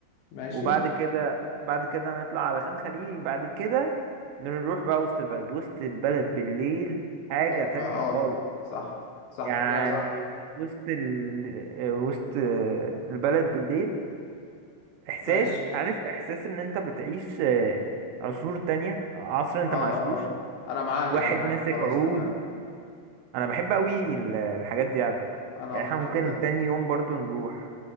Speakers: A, on the left; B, on the right.
A: ماشي
B: وبعد كده بعد كده نطلع على خان خليلي بعد كده نروح بقى وسط البلد وسط البلد بالليل حاجة
A: تحفة
B: تانية
A: اه
B: خالص
A: صح صح
B: يعني
A: كده صح
B: وسط ال... وسط البلد بالليل إحساس
A: ماشي
B: عارف إحساس إن أنت بتعيش آه، عصور تانية عصر أنت
A: اه
B: ما عشتوش
A: اه انا معاك
B: واحد
A: انا معاك
B: <laughs> ماسك
A: خلاص
B: عود
A: تمام
B: أنا بحب أوي ال- الحاجات دي على فكرة
A: انا
B: يعني
A: اكتر
B: إحنا ممكن
A: صدقني
B: تاني يوم برضو نروح